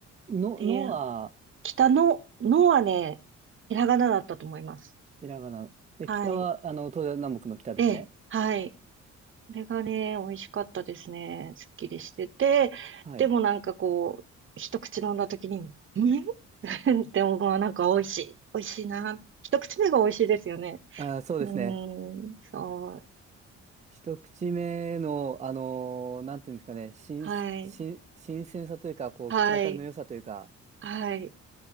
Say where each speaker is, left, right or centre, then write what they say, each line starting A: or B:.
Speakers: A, on the right; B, on the right.
A: の、
B: ていう、
A: のは、
B: 北の、のはね、ひらがなだったと思います。
A: ひらがな。で、
B: はい。
A: 北は、あの、東西南北の北ですね。
B: ええ、はい。これがね、美味しかったですね。すっきりしてて、
A: はい。
B: でもなんかこう、一口飲んだ時に、ん <laughs> って思うなんか美味しい。美味しいな。一口目が美味しいですよね。
A: あー、そうですね。
B: うーん、そう。
A: 一口目の、あのーなんていうんですかね、新、
B: はい。
A: 新、新鮮さというか、こう、
B: はい。
A: 口当たりの良さというか、
B: はい。